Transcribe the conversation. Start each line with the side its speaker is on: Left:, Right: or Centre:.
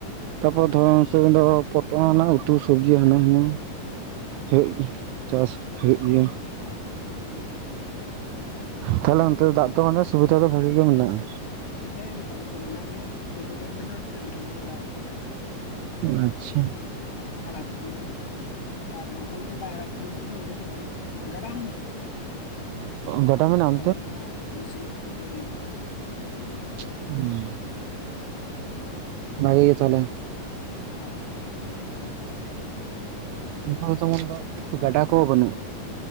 Right: ᱛᱟᱯᱚᱨ
Left: ᱦᱚᱸ
Right: ᱫᱷᱚᱨᱚᱱ ᱥᱚᱢᱚᱭ ᱫᱚ ᱯᱚᱴᱞᱟ ᱨᱮᱱᱟᱜ ᱞᱟᱹᱴᱩ ᱥᱚᱵᱽᱡᱤ ᱦᱟᱱᱟ ᱦᱤᱱᱟᱹ
Left: ᱦᱳᱭ
Right: ᱦᱩᱭᱩᱜ ᱜᱮ ᱪᱟᱥ ᱦᱩᱭᱩᱜ ᱜᱮᱭᱟ᱾
Left: ᱦᱮ᱾
Right: ᱛᱟᱦᱞᱮ ᱚᱱᱛᱮ ᱫᱟᱜ ᱫᱚ ᱢᱟᱱᱮ ᱥᱩᱵᱤᱫᱟ ᱫᱚ ᱵᱷᱟᱜᱤ ᱜᱮ ᱢᱮᱱᱟᱜᱼᱟ?
Left: ᱦᱮᱸ ᱢᱚᱴᱟ ᱢᱩᱴᱤ ᱢᱮᱱᱟᱜ ᱜᱮᱭᱟ᱾ ᱯᱨᱚᱡᱩ ᱰᱮᱢ ᱢᱮᱱᱟᱜᱼᱟ ᱥᱮ ᱚᱸᱰᱮᱱᱟᱜ ᱫᱟᱜ ᱠᱚᱛᱮᱜᱮ᱾
Right: ᱚ ᱟᱪᱪᱷᱟ᱾
Left: ᱟᱲᱟᱜ ᱠᱟᱱᱟ᱾ ᱟᱨ ᱵᱟᱝᱠᱷᱟᱱ ᱫᱚ ᱵᱟᱭ ᱟᱲᱟᱜ ᱠᱷᱟᱱ ᱫᱚ ᱦᱟᱸᱜ ᱚᱸᱰᱮ ᱫᱚ ᱵᱟᱝ ᱜᱟᱰᱟ ᱦᱚᱸ
Right: ᱜᱟᱰᱟ ᱢᱮᱱᱟᱜᱼᱟ ᱚᱱᱛᱮ?
Left: ᱥᱟᱱᱟᱢ ᱦᱚᱸ ᱢᱮᱥᱤᱱ ᱠᱚᱛᱮ ᱠᱚ ᱤᱭᱟᱹ ᱵᱟᱲᱟᱭᱟ᱾
Right: ᱦᱮᱸ᱾ ᱵᱷᱟᱜᱮ ᱜᱮ ᱛᱟᱦᱚᱞᱮ?
Left: ᱚ ᱚ᱾
Right: ᱚᱱᱠᱟᱜᱮ ᱛᱮᱢᱚᱱ ᱫᱚ ᱜᱟᱰᱟ ᱠᱚ ᱦᱚᱸ ᱵᱟᱹᱱᱩᱜᱼᱟ᱾